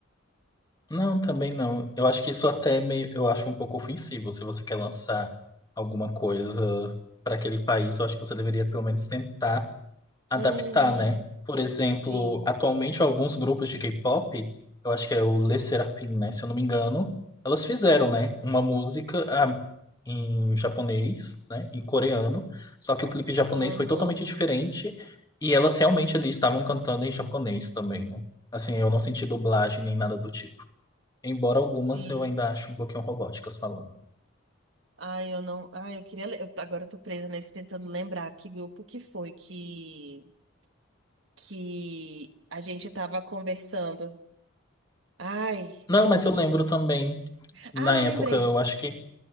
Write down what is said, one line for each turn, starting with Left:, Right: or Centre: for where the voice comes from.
Left: Não, também não. Eu acho que isso até é meio... Eu acho um pouco ofensivo. Se você quer lançar alguma coisa para aquele país, eu acho que você deveria pelo menos tentar adaptar,
Right: Uhum,
Left: né? Por exemplo,
Right: sim,
Left: atualmente alguns grupos de K-pop, eu acho que é o Le Serafim, né? Se eu não me engano, elas fizeram, né? Uma música ah, em japonês, né? Em coreano, só que o clipe japonês
Right: aham,
Left: foi totalmente diferente e elas realmente ali estavam cantando em japonês também, né? Assim, eu não senti dublagem nem nada do tipo. Embora
Right: sim.
Left: algumas eu ainda acho um pouquinho robóticas falando.
Right: Ai, eu não. Ai, eu queria. le- Eu, agora eu tô presa nesse tentando lembrar que grupo que foi que, que a gente tava conversando. Ai.
Left: Não, mas eu lembro também, na
Right: Ah,
Left: época,
Right: lembrei.
Left: eu acho que.